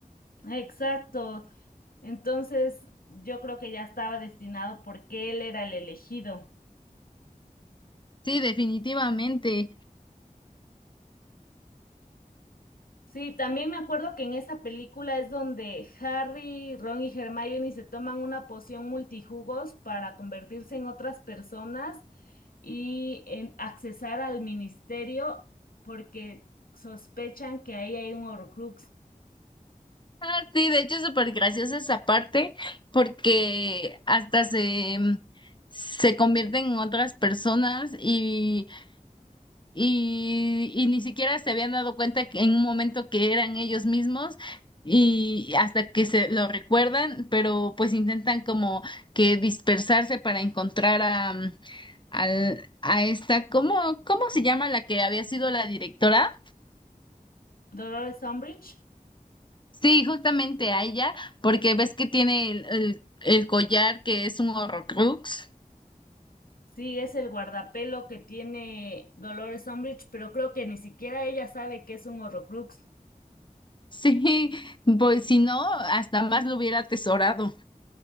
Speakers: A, on the left; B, on the left.
A: Exacto. Entonces, yo creo que ya estaba destinado porque él era el elegido.
B: Sí, definitivamente.
A: Sí, también me acuerdo que en esa película es donde Harry, Ron y Hermione se toman una poción multijugos para convertirse en otras personas y en accesar al ministerio porque sospechan que ahí hay un Horcrux.
B: Ah, sí, de hecho es súper graciosa esa parte, porque hasta se, mm, se convierten en otras personas y y, y ni siquiera se habían dado cuenta que en un momento que eran ellos mismos y hasta que se lo recuerdan, pero pues intentan como que dispersarse para encontrar a, mm, al- a esta, ¿cómo, cómo se llama la que había sido la directora?
A: Dolores Umbridge,
B: Sí, justamente a ella, porque ves que tiene el, el, el collar que es un Horrocrux. <laughs>
A: sí, es el guardapelo que tiene Dolores Umbridge, pero creo que ni siquiera ella sabe que es un Horcrux.
B: Sí, pues si no, hasta más lo hubiera atesorado.